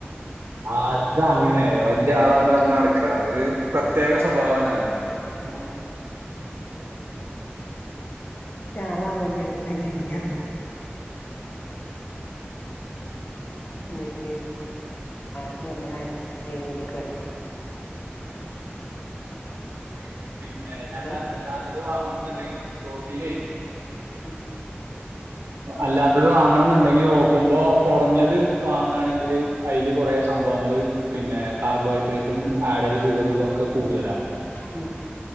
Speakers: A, on the right; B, on the left.
A: അത അങ്ങനെയ ല്യ ആളാണ് ർഞ്ഞ ടക്കാവൻ ത് പ്രത്യേക സ്വഭാവാണ്ർഞ്
B: ഉം ചാങ്ങാൻ വണ്ടിട്ട്ട്ടാ കേറിയത് എന്നിട്ട് ആയിരത്തി അമ്മള ആര എഴുവത്ക്ട്
A: <inaudible> പിന്നെ ഞാനാണ്ടല്ലാത
B: ഹലോ
A: ത് വാങ്ണെന്നെണ്ടെങ്കില് പ്രോട്ടീൻ
B: ഉം
A: അല്ലാത്തത് വാങ്ങണംന്ന്ണ്ടെങ്കി നോക്കുമ്പോ കുറഞ്ഞത് വാങ്ങാണെങ്കില് അയില് കൊറേ സംഭവങ്ങള് പിന്നെ കാർബോഹൈഡ്രേ റ്റും ആഡഡ് ഷുഗറു തൊക്കെ കൂടുതലാ
B: ഉം